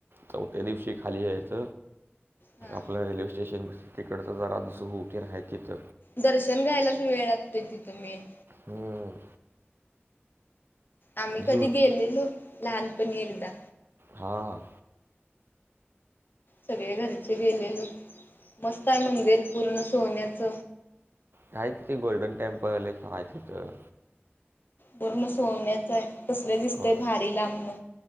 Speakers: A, on the right; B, on the left.
A: चौथ्या दिवशी खाली यायच
B: हा
A: आपल्या रेल्वे स्टेशन तिकडच जरा सुरु की आहे तीथ
B: दर्शन घ्यायलाच वेळ लागतोय तिथ मेन
A: हम्म
B: आम्ही कधी
A: झू
B: गेलेलो लहानपणी एकदा
A: हां
B: सगळे घरचे गेलेल मस्त आहे मंदिर पुर्ण सोन्याच
A: काही तिथं ते गोल्डन टेंम्पल एक आहे तिथं
B: पुर्ण सोन्यच आहे कसले दिसतय
A: अ,
B: भारी लांबण